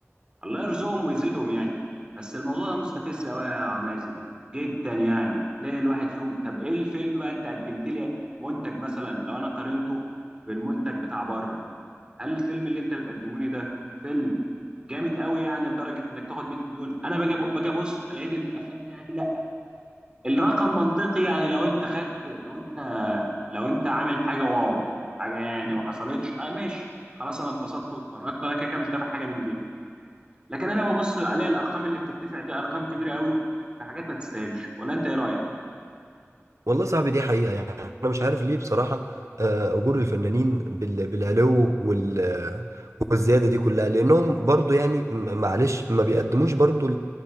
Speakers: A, on the right; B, on the right.
A: الله يرزقهم ويزيدهم يعني بس الموضوع ده مستفز قوي يا مازن جدا يعني ليه الواحد فيهم طب ايه الفيلم بقى انت قدمت لي منتج مثلا لو انا قارنته بالمنتج بتاع بره هل الفيلم اللي انت بتقدموني ده فيلم جامد قوي يعني لدرجه انك تاخد 100 مليون انا باجي باجي ابص لقيت ان الافلام يعني لا الرقم منطقي يعني لو انت خدت لو انت لو انت عامل حاجه واو حاجه يعني ما حصلتش آه ماشي خلاص انا اتبسطت واتفرجت انا كده كده مش دافع حاجه من جيبي لكن انا ببص الاقي الارقام اللي بتدفع دي ارقام كبيره قوي في حاجات ما تستاهلش ولا انت ايه رايك
B: والله صاحبي دي حقيقة يعني انا مش عارف ليه بصراحة آه، اجور الفنانين بال- بالعلو وال والزيادة دي كلها لانهم برضو يعني م- معلش ما بيقدموش برضو